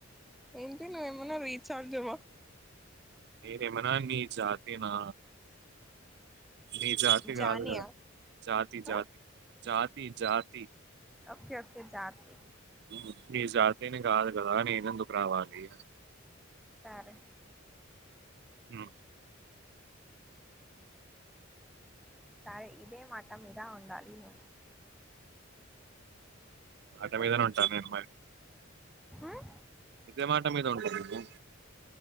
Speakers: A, in the centre; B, on the right (about 55°).
A: ఏంటి నువ్ ఏమన్నవ్ రీచార్జ్ మో
B: ఏదేమనా నీ జతీనా? నీ జాతి
A: జానియా
B: కాదుగద జాతి జాతి
A: ఆ
B: జాతి జాతి
A: ఓకే ఓకే జాతి
B: హ్మ్ నీ జాతిని కాదు గదా నేనెందుకు రావాలి.
A: సరే
B: ఉ
A: సరే ఇదే మాట మీద ఉండాలి ను
B: అడ్డ మీదనే ఉంటా నేన్ మరి
A: మ్
B: ఇదె మాట మీద ఉంట అన్కొ